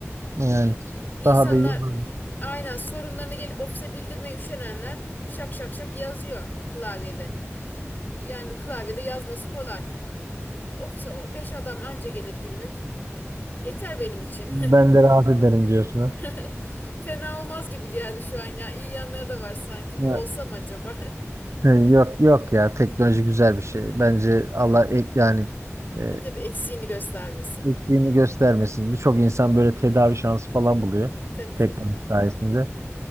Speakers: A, on the right; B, on the left.
A: Yani
B: İ- İnsanlar
A: daha da iyi olur.
B: aynen sorunlarını gelip ofise bildirmeye üşenenler şak şak şak yazıyor klavyede. Yani klavyede yazması kolay. Ofise o beş adam anca gelir günlük. Yeter benim için.
A: Ben de rahat ederim diyorsun ha.
B: <laughs> Fena olmaz gibi geldi şu an ya. İyi yanları da var sanki.
A: Ya,
B: Bir olsam acaba? <laughs>
A: <laughs> Yok yok ya teknoloji güzel bir şey. Bence Allah ek yani e,
B: Tabii tabii eksiğini göstermesin.
A: eksiğini göstermesin. Birçok insan böyle tedavi şansı falan buluyor
B: Tabii
A: teknoloji
B: tabii.
A: sayesinde.